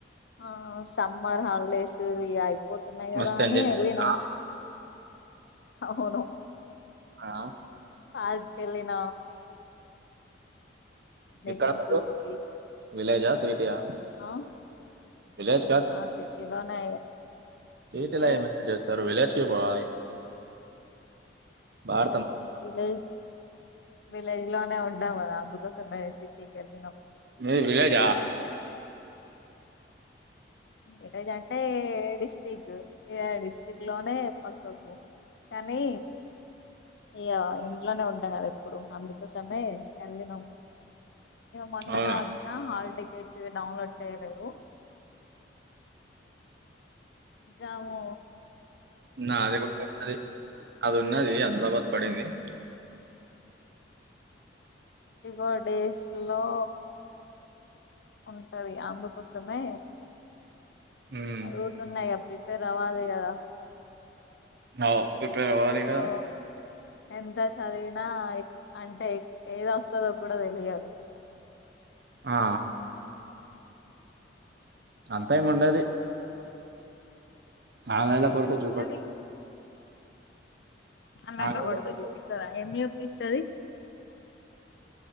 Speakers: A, on the left; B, on the right.
A: ఆ సమ్మర్ హాలిడేస్ ఇ అయిపోతున్నాయి
B: మస్తు
A: కదా అని
B: ఎంజాయ్ చేశారా?
A: వెళ్ళిన అవును
B: ఆ
A: పార్క్ కెళ్ళిన
B: ఎక్కడ
A: టెంపుల్స్కి
B: మీరు విలేజా సిటీయా
A: ఆ
B: విలేజ్
A: ఆ సిటీలోనే
B: సీట్
A: సిటీ
B: లా ఏం ఎంజాయ్ చేస్తారు విలేజ్కి పోవాలి ఆ
A: విలేజ్ విలేజ్ లోనే ఉంటం కదా అందుకోసమే సిటీ కి వెళ్ళినము
B: మీది విలేజా
A: ఇకదంటే డిస్టిరిక్ట్ డిస్టిరిక్ట్ లోనే పక్కకు కానీ ఇయ్య ఇంట్లోనే ఉంటాం కదా ఎప్పుడు అందుకోసమే వెళ్ళినాం మొన్ననే
B: అవునా
A: వచ్చిన హాల్ టికెట్ డౌన్లోడ్ చేయలేదు ద అవు
B: నా అది కూడా అ అది ఉన్నది అదిలాబాద్ పడింది <inaudible>
A: బర్త్డే డేస్ లో ఉంటుంది అందుకోసమే
B: హ్మ్
A: చదుగుతున్నాయా ప్రిపేర్ అవ్వాలి కదా
B: అవు ప్రిపేర్ అవ్వాలి
A: ఓ
B: కదా
A: ఎంత చదివినా అంటే ఏద వస్తుందో కూడా తెలియదు
B: ఆ అంత ఏమి ఉండది ఆన్లైన్ లో
A: ఏం
B: కొడితే
A: ఉన్నది
B: చూపిడుతది
A: అన్లైన్
B: ఆన్లైన్
A: లో కొడితే
B: పెడితే
A: చూపిస్తదా ఏమి చూప్పస్తుంది